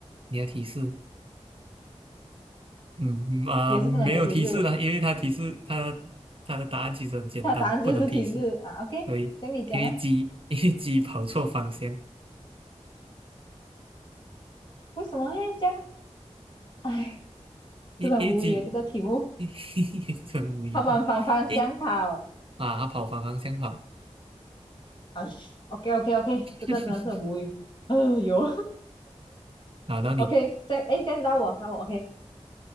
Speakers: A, on the right (about 50°); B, on the left (about 40°).
A: 你要提示。嗯嗯，啊、
B: 也是不能给提示，
A: 没有提示了，因为它提示它它的答案其实很简单，
B: 它答案就是提示啊。
A: 不能提示。
B: OK，
A: 对，
B: 等你讲啊，
A: 因为鸡 <laughs> 因为鸡跑错方向，
B: 为什么要这样？哎，
A: 因一为鸡
B: 真的很无语耶这个题目，
A: <laughs> 真无语的，
B: 它往反方向跑。
A: 一啊，它跑反方向跑，
B: 哎，OK OK OK，这个真的是很无语。
A: <laughs>
B: <gasps> 哎呦。
A: 跑到你
B: OK，现哎，现在到我，到我 OK。